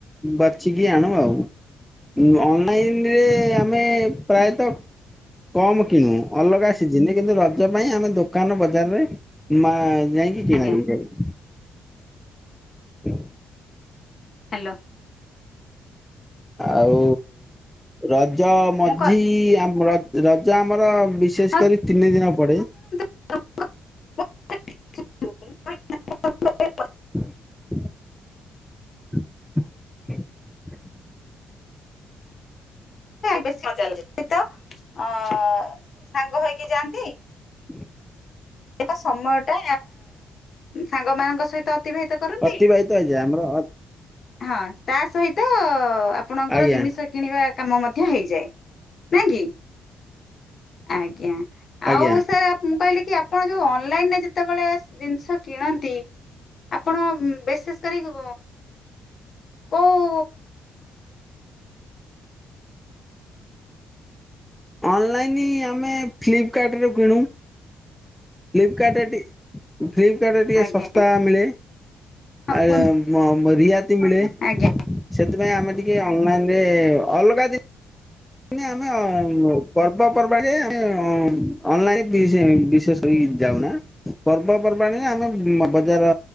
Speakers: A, in the centre; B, on the left (about 45°).
A: ବାଛିିକି ଆଣୁ ଆଉ ଅନଲାଇନରେ ଆମେ ପ୍ରାୟତଃ କମ କିଣୁ ଅଲଗା ସିଜିନି କିନ୍ତୁ ରଜ ପାଇଁ ଆମେ ଦୋକାନ ବଜାରରେ ମା ଯାଇ <unintelligible>
B: ଆଜ୍ଞା
A: ହୁଁ।
B: ହ୍ୟାଲୋ।
A: ଆଉ ରଜ ମଝି
B: ମୁଁ କ
A: ଆମ ର ରଜ ଆମର ବିଶେଷ
B: ହଁ
A: କରି ତିନି ଦିନ ପଡ଼େ।
B: <inaudible>
A: <inaudible>
B: ବେଶୀ ମଜା ଲାଗ ସେ ତ ଅ ସାଙ୍ଗ ହେଇକି ଯାଆନ୍ତି।
A: <inaudible>
B: ଏକ ସମୟଟା ସାଙ୍ଗ ମାନଙ୍କ ସହିତ ଅତିବାହିତ କରନ୍ତି।
A: ଅତିବାହିତ ହେଇଯାଏ ଆମର
B: ହଁ ତା ସହିତ ଆପଣଙ୍କର
A: ଆଜ୍ଞା
B: ଜିନିଷ କିଣିବା କାମ ମଧ୍ୟ ହେଇଯାଏ ନାଇଁ କି ଆଜ୍ଞା।
A: ଆଜ୍ଞା
B: ଆଉ ସାର୍ ମୁଁ କହିଲି କି ଆପଣ ଯୋଉ ଅନଲାଇନ ରେ ଯେତେବେଳେ ଜିନିଷ କିଣନ୍ତି? ଆପଣ ବେସେଷ କରିକି ଓ।
A: ଅନଲାଇନ୍ଁ ଆମେ ଫ୍ଲିପକାର୍ଟରେ କିଣୁ? ଫ୍ଲିପକାର୍ଟରେ ଟିକ ଫ୍ଲିପକାର୍ଟରେ ଟିକେ
B: ଆଜ୍ଞା
A: ଶସ୍ତା ମିଳେ
B: ହଁ
A: ଆୟ
B: କୁହନ୍ତୁ
A: ମ ମ ରିହାତି ମିଳେ
B: ଆଜ୍ଞା
A: ସେଥିପାଇଁ ଆମେ ଟିକେ ଅନଲାଇନରେ ଅଲଗା ଦେ ଆମେ ପର୍ବପର୍ବାଣିରେ ଆ <unintelligible> ଅନଲାଇନ ବିଶେଷ ଯାଉନା ପର୍ବପର୍ବାଣି ଆମେ ବଜାର